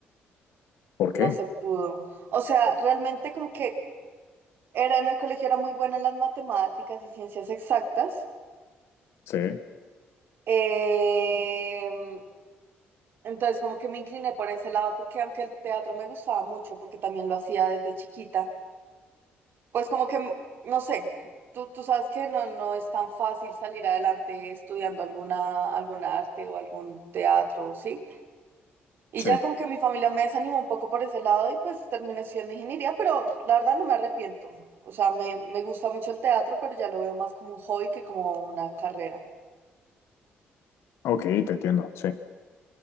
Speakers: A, on the left; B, on the right.
A: ¿Por
B: no
A: qué?
B: se pudo. O sea, realmente como que Era en el colegio, era muy buena en las matemáticas y ciencias exactas.
A: Sí,
B: Em, entonces, como que me incliné por ese lado, porque aunque el teatro me gustaba mucho, porque también lo hacía desde chiquita, pues como que, m- no sé, tú, tú sabes que no, no es tan fácil salir adelante estudiando alguna, alguna arte o algún teatro, ¿sí? Y
A: sí.
B: ya como que mi familia me desanimó un poco por ese lado y pues terminé estudiando ingeniería, pero la verdad no me arrepiento. O sea, me, me gusta mucho el teatro, pero ya lo veo más como un hobby que como una carrera.
A: Ok, te entiendo, sí.